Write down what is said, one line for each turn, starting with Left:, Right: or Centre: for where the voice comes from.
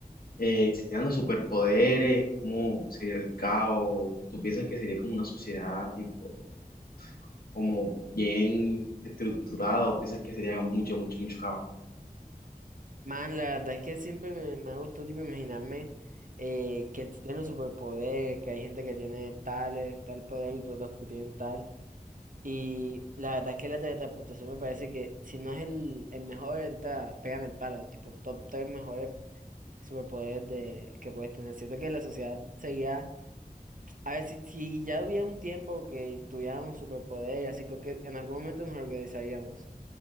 Left: eh, existieran los superpoderes? ¿Cómo sería el caos? ¿Tú piensas que sería como una sociedad tipo? como bien estructurado, piensas que sería mucho, mucho, mucho caos?
Right: Man, la verdad es que siempre me, me ha gustado tipo imaginarme eh, que si tienen superpoderes, que hay gente que tiene tales, tal poder y otros que tienen tal. Y la verdad es que la teletransportación me parece que si no es el, el mejor, entra, pegan el palo, tipo top tres mejores superpoderes de, que puedes tener. Siento que la sociedad sería, a ver, si, si ya hubiera un tiempo que tuviera un superpoder, así creo que en algún momento nos organizaríamos.